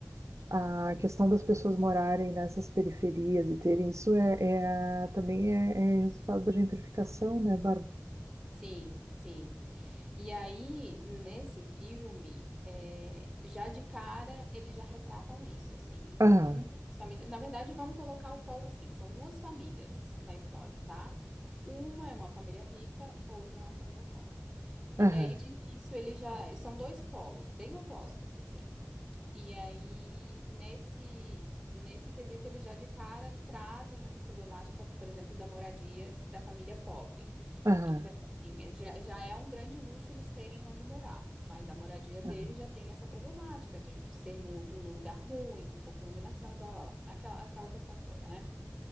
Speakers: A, on the right; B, in the centre.
A: a questão das pessoas morarem nessas periferias e terem isso é, é- também é, é resultado da gentrificação, né, Bárbara?
B: sim, sim. E aí, nesse filme, é, já de cara, eles já retratam isso, assim. Então,
A: Aham,
B: uma das famílias. Na verdade, vamos colocar o polo assim: são duas famílias na história, tá? Uma é uma família rica, outra é uma família pobre. E
A: aham,
B: daí, de início, eles já. São dois polos, bem opostos, assim. E aí, nesse, nesse quesito, eles já de cara trazem essa problemática, por exemplo, da moradia da família pobre.
A: aham,
B: Então, assim, já, já é um grande luxo eles terem onde morar, mas a moradia deles
A: aham,
B: já tem essa problemática de, de ser num, num lugar ruim, com pouca iluminação e blá blá blá, aquela, aquela questão toda, né?